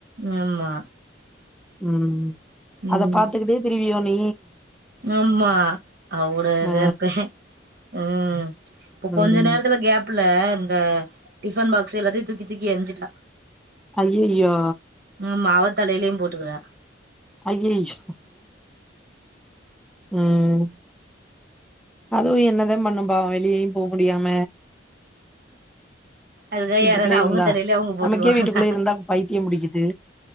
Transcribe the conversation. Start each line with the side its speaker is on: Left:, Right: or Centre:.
Right: ஆமா
Centre: ம்
Right: ம்
Centre: அத பாத்துக்கிட்டே திரிவியோ நீ
Right: ஆமா அவுகூடயேதாருப்பே
Centre: ஆ
Right: ம் இப்ப
Centre: ம்
Right: கொஞ்சோ நேரத்துல கேப் ப்புல இந்த டிஃபன் பாக்ஸ்ஸ எல்லாத்தையு தூக்கி தூக்கி எரிஞ்சிட்டா
Centre: அய்ய‌யோ
Right: ஆமா அவ தலையிலயு போட்டுக்குறா
Centre: அய்யய்யோ ம் அதுவு என்னதா பண்ணு பாவோ வெளியயு போ முடியாம
Right: அதுக்காக
Centre: வீட்டுக்குள்ளே
Right: யாராவது அவுங்க
Centre: இருந்தா
Right: தலையிலயே அவுங்க போட்டுக்குவாங்கலா
Centre: நமக்கே வீட்டுக்குள்ளே இருந்தா பைத்தியம் புடிக்குது